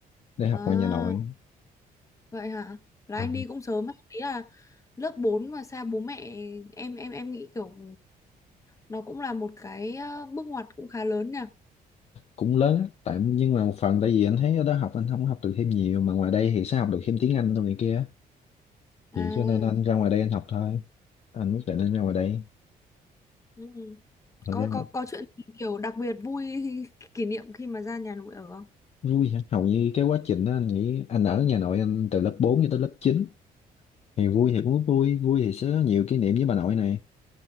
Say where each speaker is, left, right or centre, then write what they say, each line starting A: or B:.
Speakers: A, on the left (about 45°); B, on the left (about 20°).
A: để học
B: À,
A: ngoài nhà nội
B: vậy hả? Là
A: à.
B: anh đi cũng sớm ấy. Ý là lớp 4 mà xa bố mẹ em em em nghĩ kiểu nó cũng là một cái ờ, bước ngoặt cũng khá lớn nhỉ.
A: cũng lớn á, tại nhưng mà một phần tại vì anh thấy ở đó học anh không học được thêm nhiều mà ngoài đây thì sẽ học được thêm tiếng Anh đâu này kia
B: À
A: vậy cho nên anh ra ngoài đây anh học thôi anh quyết định anh ra ngoài đây
B: Ừ.
A: mà
B: Có
A: ra
B: có
A: ngoài...
B: có chuyện gì kiểu đặc biệt vui <laughs> kỷ niệm khi mà ra nhà nội ở không?
A: vui hả hầu như cái quá trình đó anh nghĩ anh ở nhà nội anh từ lớp 4 cho tới lớp chín thì vui thì cũng vui vui thì sẽ có nhiều kỷ niệm với bà nội này